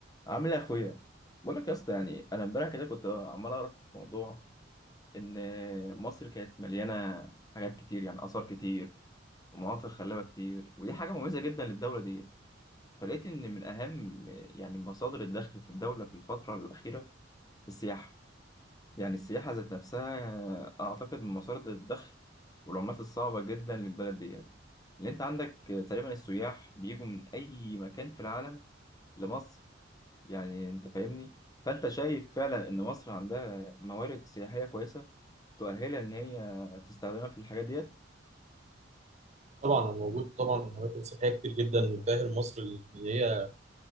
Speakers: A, on the left; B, on the right.
A: عامل ايه يا اخويا بقول لك يا اسطى يعني انا امبارح كده كنت عمال اعرف موضوع ان مصر كانت مليانه حاجات كتير يعني اثار كتير ومناطق خلابه كتير ودي حاجه مميزه جدا للدوله دي فلقيت ان من اهم يعني مصادر الدخل في الدوله في الفتره الاخيره السياحه يعني السياحه ذات نفسها اعتقد من مصادر الدخل والعملات الصعبه جدا للبلد ديت اللي انت عندك تقريبا السياح بيجوا من اي مكان في العالم لمصر يعني انت فاهمني فانت شايف فعلا ان مصر عندها موارد سياحية كويسة تؤهلها ان هي تستخدمها في الحاجات ديت
B: طبعا أنا موجود طبعا اماكن سياحيه كتير جدا بتاهل مصر اللي هي